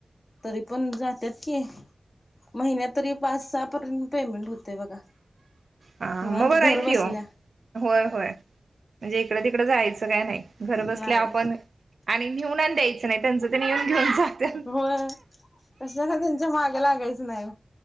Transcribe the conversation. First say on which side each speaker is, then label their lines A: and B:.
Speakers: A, on the left; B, on the right.
A: तरी पण जात्यात की महिन्यात तरी पाच, सहा पर्यंत पेमेंट होतय बघा.
B: हा,
A: निवांत
B: मग बर
A: घर
B: आहे
A: बसल्या
B: की ओ. होय, होय. म्हणजे, इकडं-तिकड जायचं काय नाही, घर बसल्या
A: नाही
B: आपण आणि नेऊून द्यायचं नाही, त्यांच तेनी येऊन घेऊन जात्यात.
A: होय. कशाला? त्यांच्या मागला लागायचं नाही ओ.